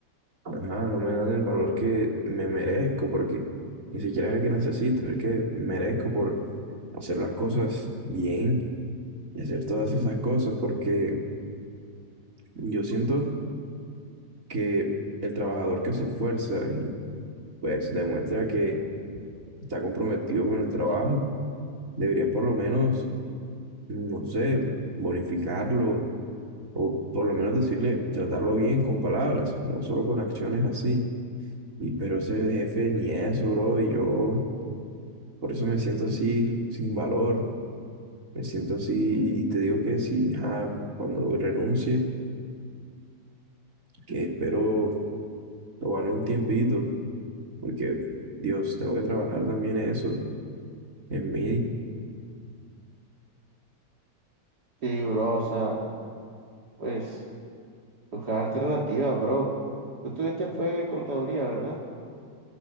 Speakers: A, on the right (about 50°); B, on the right (about 65°).
A: ajá, no me dan el valor que me merezco, porque ni siquiera es el que necesito, es el que merezco por hacer las cosas bien y hacer todas esas cosas, porque yo siento que el trabajador que se esfuerza y pues demuestra que está comprometido con el trabajo, debería por lo menos, no sé, bonificarlo o por lo menos decirle, tratarlo bien con palabras, no solo con acciones así. Y pero ese jefe ni eso, bro, y yo por eso me siento así, sin valor, me siento así y te digo que si, ajá, cuando renuncie que espero tomarme un tiempito, porque, Dios, tengo que trabajar también eso en mí.
B: Sí, bro, o sea, pues buscar alternativas, bro. Tú estuviste fue contaduría, ¿verdad?